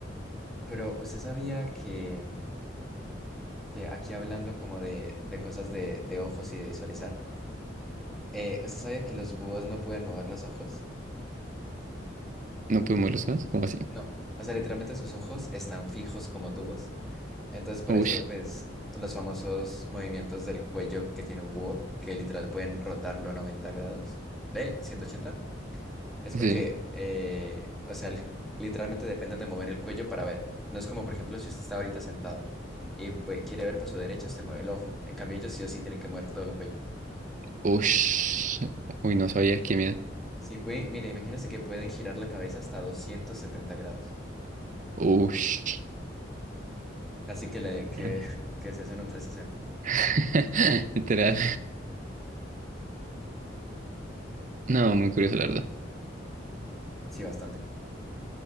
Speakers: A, in the centre; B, on the right.
A: Pero usted sabía que, que aquí hablando como de, de cosas de, de ojos y de visualizar, eh, ¿usted sabía que los búhos no pueden mover los ojos?
B: No podemos los dos, como así.
A: No. O sea, literalmente sus ojos están fijos como tubos. Entonces, por
B: Ush,
A: eso, pues, los famosos movimientos del cuello que tiene un búho, que literal pueden rotarlo 90 grados, de 180. Es
B: sí.
A: porque, eh, o sea, el- literalmente dependen de mover el cuello para ver. No es como, por ejemplo, si usted está ahorita sentado y pues, quiere ver para su derecha, usted mueve el ojo. En cambio, ellos sí o sí tienen que mover todo el cuello.
B: Ush. Uy, no sabía qué miedo.
A: Sí, puede, mire, imagínese que pueden girar la cabeza hasta 270 grados.
B: Ush.
A: Así que, le, que,
B: Re-
A: <laughs> que se hacen un trescientos sesenta
B: <laughs> Literal. No, muy curioso, la verdad.
A: Sí, bastante.